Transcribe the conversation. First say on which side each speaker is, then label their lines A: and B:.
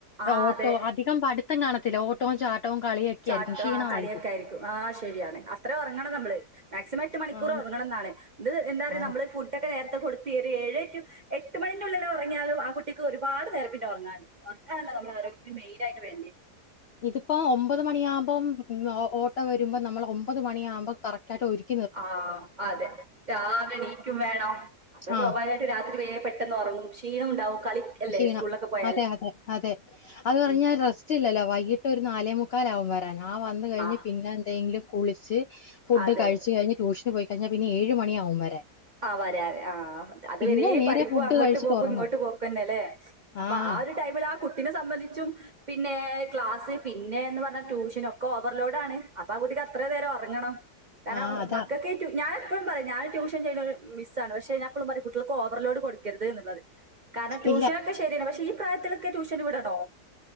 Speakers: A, on the right (about 35°); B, on the left (about 65°).
A: ആഹ്
B: ഓട്ടോ
A: അതെ
B: അധികം പഠി- ത്തം കാണത്തില്ല ഓട്ടോം ചാട്ടോ കളിയൊക്കെ
A: ചാട്ടോ
B: ആയിരിക്കും. ക്ഷീണമായിരിക്കും.
A: ആഹ് കളിയൊക്കെയായിരിക്കും ആഹ് ശരിയാണ് അത്ര ഒറങ്ങണം നമ്മള് മാക്സിമം എട്ട് മണിക്കൂറ്
B: ആന്ന്
A: ഒറങ്ങണന്നാണ് ഇത് എന്താറിയോ
B: ആന്ന്
A: നമ്മള് ഫുഡ് ഫുടൊക്കെ നേരത്തെ കൊടുത്ത് ഒര് ഏഴ് ടു എട്ട് മണിന്റുള്ളില് ഒറങ്ങിയാലും ആഹ് കുട്ടിക്ക് ഒരുപാട് നേരം പിന്നെ ഒറങ്ങാൻ ഇണ്ട് ഒറക്കാണല്ലോ നമ്മളെ ആരോഗ്യത്തിന് മെയിനായിട്ട് വേണ്ടെ
B: ഇതിപ്പോ ഒമ്പത് മണിയാകുമ്പോം ഓട്ടോ വരുമ്പം നമ്മള് ഒമ്പത് മണിയാകുമ്പോം കറക്റ്റ് ആയിട്ട് ഒരു-
A: ആഹ് അതെ രാവിലെണീക്കും വേണം അപ്പ
B: ആ
A: സ്വാഭാവികായി ട്ട് രാത്രി വേം പെട്ടന്ന് ഒറങ്ങും ക്ഷീണം ഇണ്ടാവും കളി അല്ലേ
B: ക്ഷീണം.
A: സ്കൂളിലൊക്കെ പോയാല്
B: അതെ അതെ അതെ അത് പറഞ്ഞാ
A: ഉം
B: റെസ്റ്റ് ഇല്ലല്ലോ വൈകിട്ട് ഒരു നാലേമുക്കാലാവും വരാന് ആഹ് വന്ന് കഴിഞ്ഞ്
A: ആഹ്
B: പിന്നെ എന്തെങ്കിലും കുളിച്ച് ഫുഡ്
A: അതെ
B: കഴിച്ച് കഴിഞ്ഞ് ട്യൂഷന് പോയി കഴിഞ്ഞാ പിന്നെ ഏഴ് മണിയാവും വരാൻ
A: ആഹ് വരാന് ആഹ് അത്
B: പിന്നെ
A: വരെ
B: നേരെ
A: പഠിപ്പ്
B: ഫുഡ്
A: അങ്ങോട്ട്
B: കഴിച്ചിട്ട്
A: പോക്കും
B: ഉറങ്ങുക.
A: ഇങ്ങോട്ട് പോക്കും തന്നെല്ലേ അപ്പൊ
B: ആ
A: ആഹ് ഒരു ടൈമില് ആഹ് കുട്ടിനെ സംബന്ധിച്ചും പിന്നെ ക്ലാസ് പിന്നെന്ന് പറഞ്ഞാ ട്യൂഷന് ഒക്കെ ഓവർലോഡാണ് അപ്പൊ ആഹ് കുട്ടിക്ക് അത്ര നേരം ഒറങ്ങണം കാരണം
B: ആഹ് അതാ
A: മക്കൊക്കെറ്റും ഞാൻ എപ്പഴും പറയും ഞാൻ ട്യൂഷൻ ചെയ്ണൊരു മിസ് ആണ് പക്ഷെ ഞാനെപ്പളും പറയും കുടട്ട്യേള്ക്ക് ഓവർലോഡ് കൊടുക്കര്ത് എന്ന്ള്ളത് കാരണം ട്യൂഷനൊക്കെ
B: ഇല്ല
A: ശരിയന്നെ പക്ഷെ ഈ പ്രായത്തിലൊക്കെ ട്യൂഷന് വിടണോ